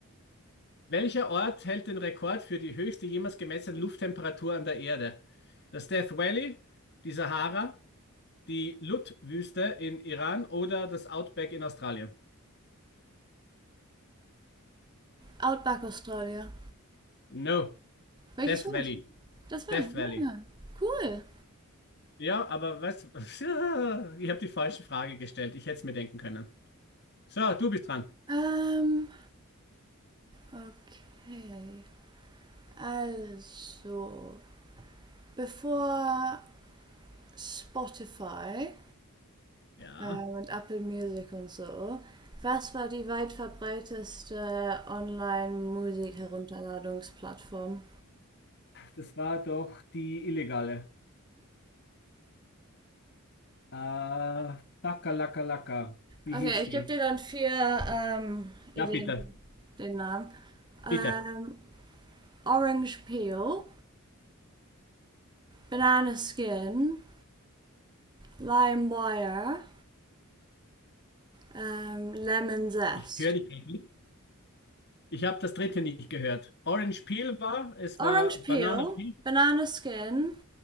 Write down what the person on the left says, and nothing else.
Welcher Ort hält den Rekord für die höchste jemals gemessene Lufttemperatur an der Erde? Das Death Valley, die Sahara, die Lut-Wüste in Iran oder das Outback in Australien?
No,
Death
Valley.
Death
Valley.
Ja, aber was? <laughs> Ich habe die falsche Frage gestellt. Ich hätte es mir denken können. So, du bist dran.
Ja,
das war doch die illegale. Äh, Laka Laka Laka. Wie
hieß die?
Ja,
bitte.
Bitte.
Ich höre dich nicht. Ich habe das dritte nicht gehört. Orange Peel war, es
war Banana
Peel,